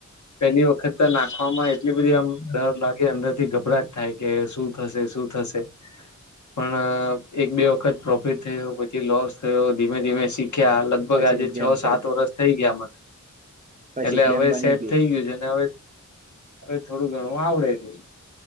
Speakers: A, on the left; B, on the right.
A: પેલી વખત તો નાખવામાં એટલી બધી આમ ડર લાગ કે અંદર થી ગભરાટ થાય કે શું થશે શું થશે. પણ એક બે વખત પ્રોફિટ થયો, પછી લોસ થયો ધીમે ધીમે શીખ્યા અલગ લગભગ
B: પછી
A: આજે
B: ગેમ
A: છ સાત
B: થઈ
A: વર્ષ થઈ ગયા મને.
B: પછી
A: એટલે
B: ગેમ
A: હવે
B: બની
A: સેટ
B: ગઈ
A: થઈ ગયું છે. ને હવે હવે થોડું ઘણું આવડે છે.